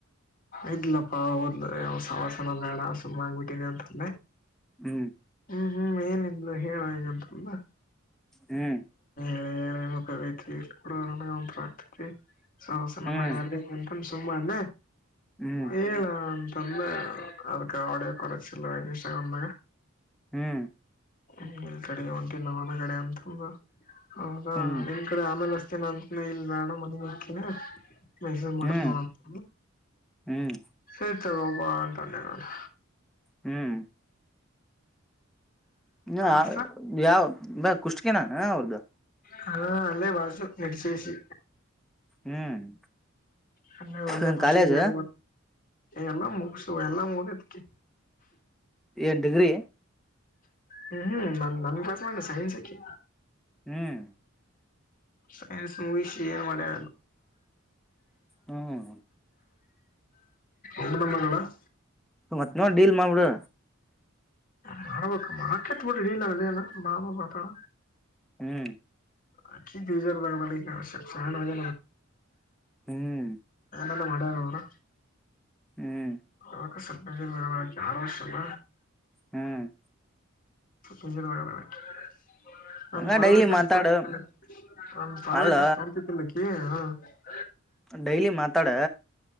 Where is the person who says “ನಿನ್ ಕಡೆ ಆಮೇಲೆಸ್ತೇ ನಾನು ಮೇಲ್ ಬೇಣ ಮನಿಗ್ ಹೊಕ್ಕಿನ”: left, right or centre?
Left